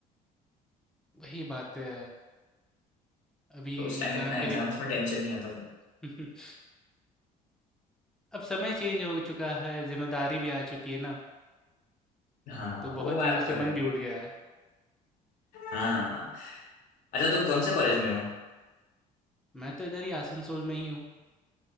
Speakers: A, in the centre; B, on the left.
A: वही बात है, अभी
B: तो उस टाइम
A: एग्ज़ाम
B: इतना
A: के
B: एग्जाम्स
A: लिए
B: में टेंशन नहीं आता था
A: <laughs> अब समय चेंज हो चुका है, ज़िम्मेदारी भी आ चुकी है ना,
B: हाँ
A: तो बहुत
B: वो बात
A: चीज़ों से
B: तो
A: मन
B: है
A: भी उठ गया है।
B: हाँ अच्छा तुम कौन से कॉलेज में हो
A: मैं तो इधर ही आसनसोल में ही हूँ